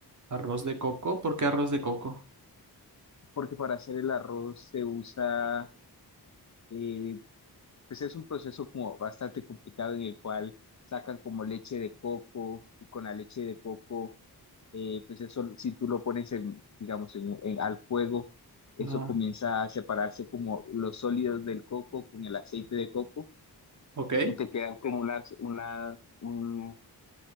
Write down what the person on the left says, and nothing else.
porque para hacer el arroz se usa, eh, pues es un proceso como bastante complicado en el cual sacan como leche de coco y con la leche de coco, eh, pues eso, si tú lo pones en, digamos, en, en- al fuego, eso
comienza a separarse como los sólidos del coco con el aceite de coco
y te quedan como unas, unas, un,